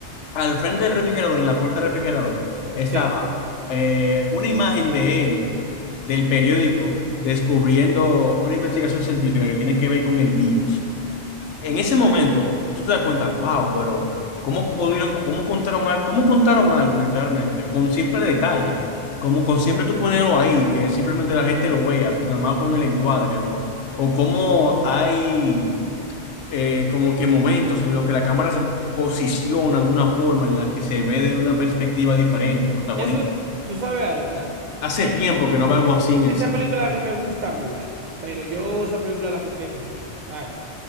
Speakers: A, on the left; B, on the right.
A: al frente del refrigerador, en la puerta del refrigerador, estaba
B: Sí.
A: eh, una imagen de él del periódico descubriendo una investigación científica que tiene que ver con el virus. En ese
B: Ok.
A: momento, tú te das cuenta, wow, pero ¿cómo pudieron, cómo contaron, al- cómo contaron algo literalmente? Con simple detalle, como con siempre tú ponerlo ahí, que simplemente la gente lo vea, nada más con el encuadre, o, o cómo hay eh, como que momentos en los que la cámara se posiciona de una forma en la que se ve de una perspectiva diferente el protagonista.
B: Eso, tú sabes algo, mira,
A: Hace
B: eh,
A: tiempo que no veo algo así en el
B: esa
A: cine.
B: película
A: Ah,
B: a mí me gusta mucho, pero yo esa película la juzgué mucho, ¿sabes?